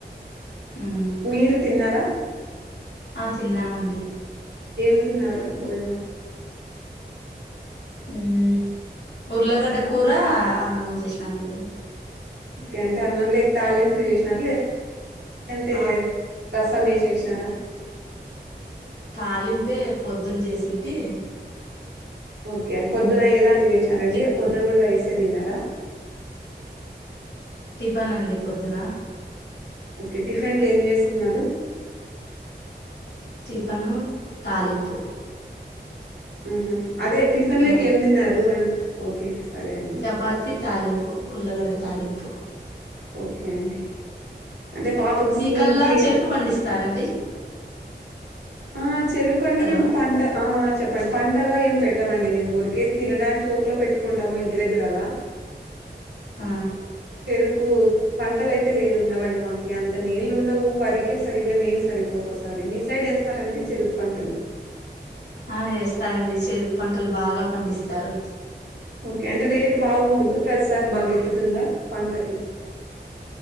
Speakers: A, on the left (about 80°); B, on the right (about 75°).
A: ఉం
B: మీరు తిన్నారా
A: ఆ తిన్నామండి
B: ఏమి తిన్నారు భోజనం
A: ఉం ఉర్ళగడ్డ కూర అన్నం చేసినామండి
B: ఓకే అంటే అన్నం లేక తాలింపు చేసినర లేదు అంటే
A: ఆ
B: రసమ్ ఏ చేసినారా
A: తాలింపే పొద్దున్న చేసింటి
B: ఓకే అండి పొద్దున్న ఏదానికి చేసినారండి
A: టి
B: పొద్దున్న కూడా రైస్ఏ తిన్నారా
A: టిఫన్ అండి పొద్దున
B: ఓకే టిఫిన్ కు ఏం చేసుకున్నారు
A: టిఫను తాలింపు
B: హు హామ్ అదే టిఫిన్
A: ఆ
B: లేక ఏం తిన్నారు అం ఓకే సరే అండి
A: పాతి తాలింపు ఉల్లగడ్డ తాలింపు
B: ఓకే అండి అంటే పాపకి
A: మీకల్లా
B: స్కూల్ కి
A: చెరుకు పండిస్తారండి
B: ఆ చేరుకుంటే
A: హలో
B: మేము పంట ఆ చెప్పండి పంటగా ఏం పెట్టమండి మేము ఊరికే తినడానికి తోటలో పెట్టుకుంటాము ఇంటి దగ్గర అలా
A: ఆ
B: చెరుకు పంటలు అయితే లేదు ఉండవండి మాకి అంత నీళ్ళు ఉండవు వరికే సరిగ్గా నీళ్ళు సరిపోవు ఒక్కోసారి మీ సైడ్ వేస్తారండి చెరుకు పంటలు
A: ఆ వేస్తారండి చెరుకు పంటలు బాగా పండిస్తారు
B: ఓకే అంటే రేటు బాగుంటుందా ప్రతిసారి బాగా గిట్టుతుందా పంటకి